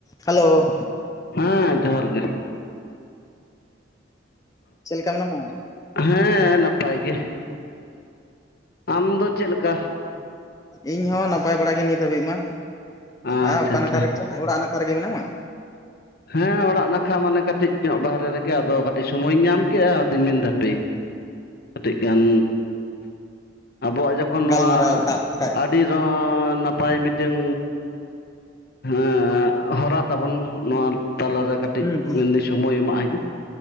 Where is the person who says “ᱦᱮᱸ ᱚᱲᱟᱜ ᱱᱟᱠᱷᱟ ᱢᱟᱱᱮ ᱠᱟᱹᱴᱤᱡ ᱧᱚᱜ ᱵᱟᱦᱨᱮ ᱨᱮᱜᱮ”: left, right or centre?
Left